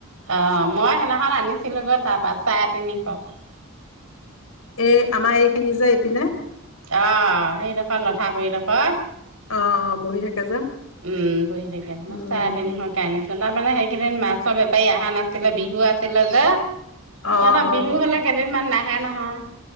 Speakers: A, on the right; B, on the left.
A: অ, মই সেইদিনাখন আনিছিলো, গৈ তাৰপা চাৰে তিনিশ।
B: এই আমাৰ এইখিনি যে, এইপিনে।
A: অহ, সেইডোখৰত লথাগুৰিলফা।
B: অ বহি থাকে যে
A: <unintelligible> উম, মই
B: উম
A: চাৰে তিনিশকে আনিছোঁ। তাৰ মানে, সেইকেইদিন মাছৰ বেপাৰী অহা নাছিলে বিহু আছিলে যে। সিহঁতে,
B: অ অ
A: বিহু হ'লে কেইদিনমান নাহে, নহয়।